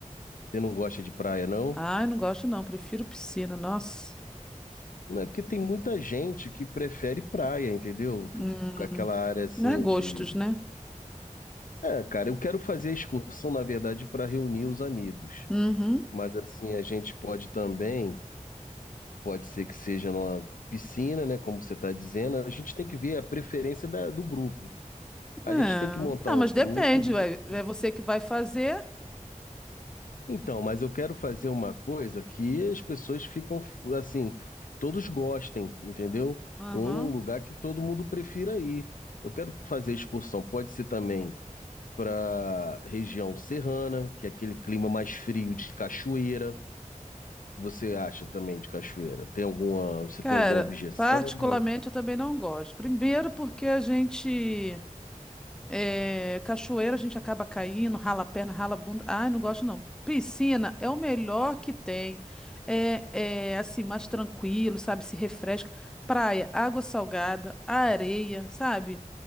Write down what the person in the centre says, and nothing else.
Ai, não gosto, não. Prefiro piscina, nossa.
Hum.
Não é gostos,
né?
Uhum.
É.
Ah,
mas
depende,
ué. É
você que vai fazer.
Aham.
Cara,
particularmente eu também não gosto. Primeiro porque a gente é, cachoeira, a gente acaba caindo, rala a perna, rala a bunda. Ai, não gosto não. Piscina é o melhor que tem. É, é assim, mais tranquilo, sabe? Se refresca. Praia, água salgada, areia, sabe?